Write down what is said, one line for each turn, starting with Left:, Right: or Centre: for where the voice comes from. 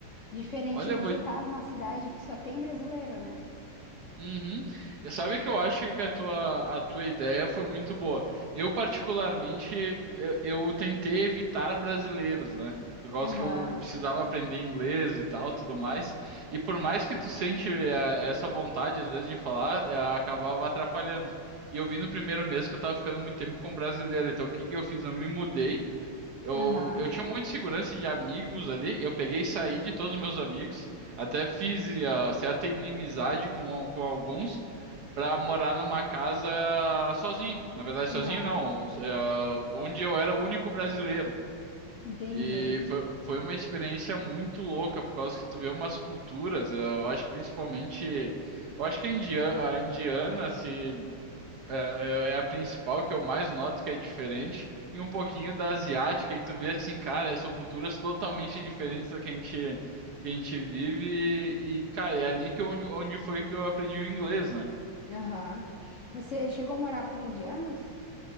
Left: Diferente
Right: Olha,
Left: de você
Right: vou,
Left: estar numa cidade que só tem brasileiro, né?
Right: Uhum. E sabe que eu acho que a tua, a tua ideia foi muito boa. Eu, particularmente, eu, eu tentei evitar brasileiros, né? Por causa
Left: Aham.
Right: que eu precisava aprender inglês e tal, tudo mais. E por mais que tu sente eh, essa vontade, às vezes, de falar, eh, acabava atrapalhando. E eu vi no primeiro mês que eu tava ficando muito tempo com brasileiro. Então, o que que eu fiz? Eu me mudei. Eu,
Left: Aham,
Right: eu tinha um monte de segurança de amigos ali. Eu peguei e saí de todos os meus amigos. Até fiz ah, certa inimizade com, com alguns para morar numa casa sozinho. Na verdade,
Left: aham,
Right: sozinho não. ah, onde eu era o único brasileiro.
Left: entendi.
Right: E foi, foi uma experiência muito louca, por causa que tu vê umas culturas. ah, Eu acho que principalmente. Eu acho que a indiana, a indiana se. É, é é a principal que eu mais noto que é diferente, e um pouquinho da asiática, e tu vê assim, cara, são culturas totalmente diferentes da que a gente, que a gente vive, e, cara, é ali que eu, onde onde foi que eu aprendi o inglês, né?
Left: Aham. Você chegou a morar com indianos?